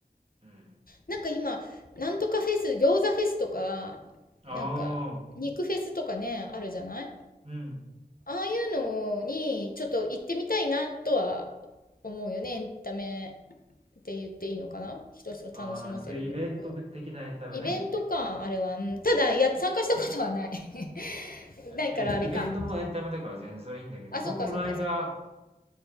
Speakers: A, on the right; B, on the left.
A: うん。
B: なんか今、なんとかフェス、餃子フェスとか、
A: ああ、
B: なんか、肉フェスとかね、あるじゃない
A: うん。
B: ああいうのにちょっと行ってみたいなとは思うよね。エンタメって言っていいのかな人を楽しませる娯楽。
A: ああ、そういうイベント的なエンタメね。
B: イベントか、あれは。うんただ、いや、参加したことはない。<laughs> ないから、
A: え、イベントもエンタメだから全然それいいんだけど、
B: あれか。あ、
A: 僕この間、
B: そっかそっかそっか。